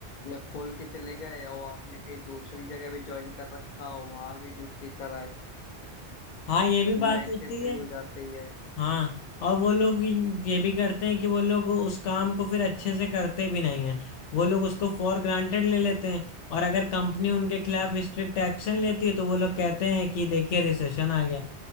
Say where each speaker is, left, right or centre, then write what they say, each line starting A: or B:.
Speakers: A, on the left; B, on the left.
A: या खोल के चले गए और आपने कहीं दूसरी जगह भी ज्वाइन कर रखा हो वहां भी ड्यूटी कराए
B: हाँ ये भी बात
A: नाइट
B: होती
A: शिफ्ट भी
B: है
A: हो जाती है
B: हाँ और वो लोग ये भी करते हैं कि वो लोग उस काम को फिर अच्छे से करते भी नहीं है वो लोग उसको फॉर ग्रांटेड ले लेते हैं और अगर कंपनी उनके खिलाफ स्ट्रिक्ट एक्शन लेती है तो वो लोग कहते हैं कि देखिए रिसेशन आ गया